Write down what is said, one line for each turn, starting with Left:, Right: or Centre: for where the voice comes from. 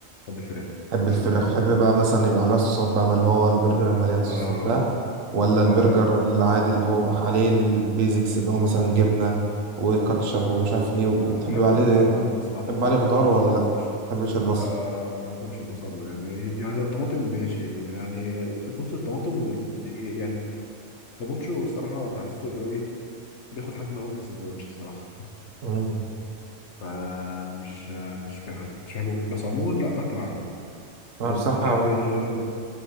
Left: بحب الفراخ
Right: بحب
Left: الفراخ
Right: الفراخ
Left: ال...
Right: بحب بقى مثلا يبقى عليها صوصات بقى ما اللي هو البرجر المليان صوصات
Left: آه
Right: ده ولا
Left: آه
Right: البرجر العادي اللي هو عليه البيزكس اللي هو مثلا جبنة وكاتشب ومش عارف ايه وبتحب
Left: بحب
Right: عليه
Left: كله على بعضه بس ما عدا
Right: بتحب
Left: بصل
Right: عليه خضار ولا
Left: عشان ما
Right: لا
Left: بحبش
Right: ما بحبش البصل
Left: لا آه ما بحبش البصل يعني يعني طماطم ماشي يعني بص الطماطم وال... يعني كابوتشو الصراحة بحسه اللي هو ايه بياخد حجم قوي في السندوتش الصراحة
Right: مم.
Left: فمش مش بع- مش بحبه بس عموما لا باكله عادي
Right: انا
Left: طب
Right: بصراحة
Left: بتحب ايه غير